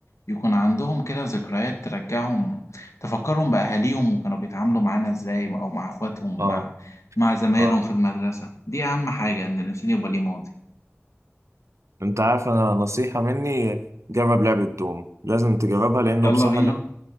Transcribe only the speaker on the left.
يكون عندهم كده ذكريات ترجعهم تفكرهم بأهاليهم وكانوا بيتعاملوا معانا إزاي أو مع إخواتهم
مع مع زمايلهم
في المدرسة دي أهم حاجة إن الإنسان يبقى ليه ماضي
يلا
بينا